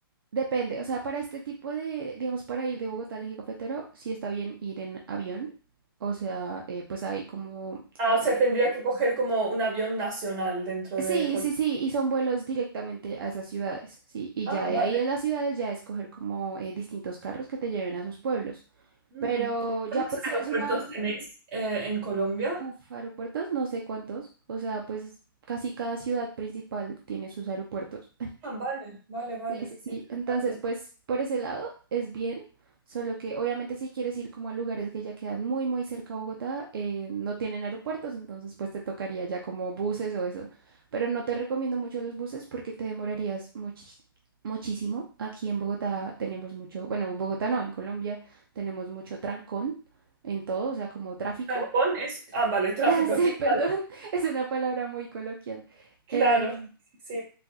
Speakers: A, on the right; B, on the right.
A: depende. O sea, para este tipo de, digamos, para ir de Bogotá al eje cafetero, sí está bien ir en avión. O sea, eh, pues hay como...
B: Ah, o sea,
A: eh,
B: tendría que coger como un avión nacional dentro
A: sí,
B: de Colombia.
A: sí, sí, y son vuelos directamente a esas ciudades, ¿sí? Y
B: Ah,
A: ya de
B: vale.
A: ahí a las ciudades ya escoger como eh, distintos carros que te lleven a sus pueblos.
B: Mm.
A: Pero ya
B: ¿Cuántos
A: pues si
B: aeropuertos
A: eres una
B: tenéis eh, en Colombia?
A: Uf, aeropuertos, no sé cuántos. O sea, pues casi cada ciudad principal tiene sus aeropuertos.
B: Ah, vale, vale, vale.
A: Sí, sí, sí.
B: Interesante.
A: Entonces, pues por ese lado es bien. Solo que obviamente si quieres ir como a lugares que ya quedan muy, muy cerca a Bogotá, eh, no tienen aeropuertos, entonces pues te tocaría ya como buses o eso. Pero no te recomiendo mucho los buses porque te demorarías muchis- muchísimo. Aquí en Bogotá tenemos mucho, bueno, en Bogotá no, en Colombia tenemos mucho trancón en todo, o sea, como tráfico.
B: Cancún es. Ah, vale, tráfico.
A: <laughs> Sí,
B: te-
A: perdón,
B: <laughs> vale,
A: es una palabra muy coloquial.
B: Claro,
A: Eh,
B: sí. sí.